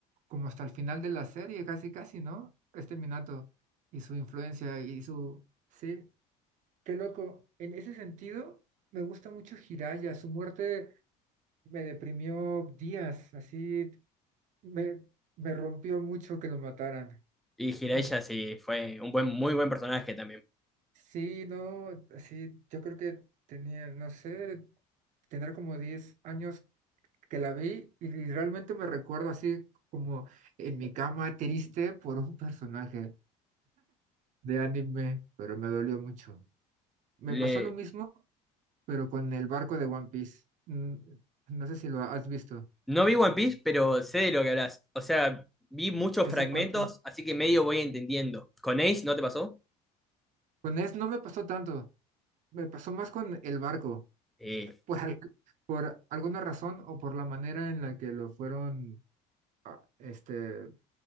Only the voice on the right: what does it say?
como hasta el final de la serie, casi, casi, ¿no? Este Minato y su influencia y su... Sí, Qué loco. En ese sentido, me gusta mucho Jiraya. Su muerte me deprimió días, así me, me rompió mucho que lo mataran.
Mm,
Sí, no, sí, yo creo que tenía, no sé, tendrá como 10 años que la vi y y realmente me recuerdo así como en mi cama triste por un personaje de anime, pero me dolió mucho. Me
pasó lo mismo, pero con el barco de One Piece. Mm, No sé si lo has visto.
Esa
parte.
Con es no me pasó tanto. Me pasó más con el barco.
<laughs> Por, al- por alguna razón o por la manera en la que lo fueron, este,